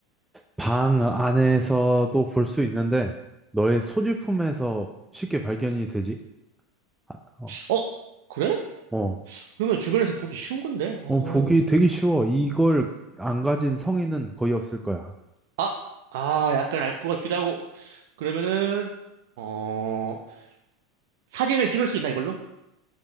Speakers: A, in the centre; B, on the right.
A: 방 안에서도 볼 수 있는데, 너의 소지품에서 쉽게 발견이 되지? 아, 어,
B: 어, 그래?
A: 어,
B: 그러면 주변에서 보기 쉬운 건데? 어,
A: 어, 보기 되게 쉬워. 이걸 안 가진 성인은 거의 없을 거야.
B: 아, 아, 약간 알 것 같기도 하고. 그러면은, 어, 사진을 찍을 수 있나, 이걸로?